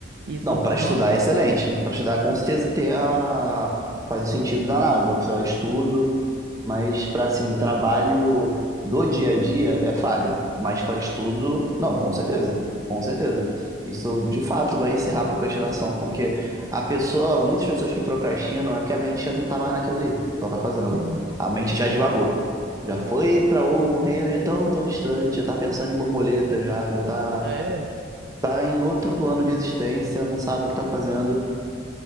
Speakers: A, on the right (about 55°); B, on the right (about 15°).
A: Isso,
B: Não, para
A: nossa.
B: estudar é excelente. Para estudar, com certeza tem a... faz um sentido danado para estudo, mas para assim, trabalho do dia a dia é falho. Mas para estudo, não, com certeza. Com certeza. Isso de fato vai encerrar a procrastinação, porque a pessoa, muitas pessoas que procrastinam é que a mente já não tá mais naquilo ali que ela tá fazendo.
A: Uhum.
B: A mente já divagou. Já foi para um reino de tão, tão distante, já tá pensando em borboleta já, já tá
A: É.
B: tá em outro plano de existência, não sabe o que tá fazendo.